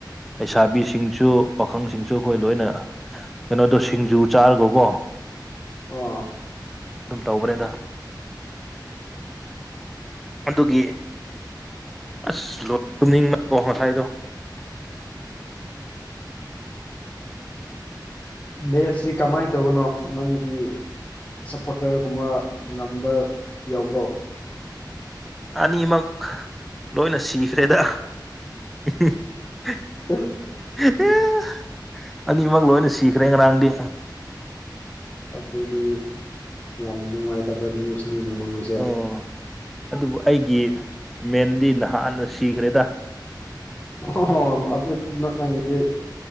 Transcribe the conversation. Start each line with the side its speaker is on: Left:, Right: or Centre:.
Centre: ꯂꯩꯁꯥꯕꯤꯁꯤꯡꯁꯨ ꯄꯥꯈꯪꯁꯤꯡꯁꯨ ꯑꯩꯈꯣꯏ ꯂꯣꯏꯅ ꯀꯩꯅꯣꯗꯣ ꯁꯤꯡꯖꯨ ꯆꯥꯔꯒꯀꯣ
Left: ꯑꯣ
Centre: ꯑꯗꯨꯝ ꯇꯧꯕꯅꯦꯗ ꯑꯗꯨꯒꯤ ꯑꯁ ꯂꯣꯠ ꯇꯨꯝꯅꯤꯡꯕꯀꯣ ꯉꯁꯥꯏꯗꯣ
Left: ꯃꯦꯁꯁꯤ ꯀꯃꯥꯏ ꯇꯧꯕꯅꯣ ꯅꯪꯒꯤ ꯁꯞꯄꯣ꯭ꯔꯇ꯭ꯔꯒꯨꯝꯕ ꯉꯝꯕ ꯌꯥꯕ꯭ꯔꯣ
Centre: ꯑꯅꯤꯃꯛ ꯂꯣꯏꯅ ꯁꯤꯈ꯭ꯔꯦꯗ <inaudible>
Left: <unintelligible>
Centre: <unintelligible> ꯑꯅꯤꯃꯛ ꯂꯣꯏꯅ ꯁꯤꯈ꯭ꯔꯦ ꯉꯔꯥꯡꯗꯤ
Left: ꯑꯗꯨꯗꯤ ꯌꯥꯝ ꯅꯨꯡꯉꯥꯏꯇꯕ ꯅ꯭ꯌꯨꯁꯅꯤꯅꯦ ꯅꯪꯁꯤ
Centre: ꯎꯝ ꯑꯗꯨꯕꯨ ꯑꯩꯒꯤ ꯃꯦꯟꯗꯤ ꯅꯍꯥꯟꯅ ꯁꯤꯈ꯭ꯔꯦꯗ
Left: ꯑꯣ ꯑꯗꯨꯗꯤ <unintelligible>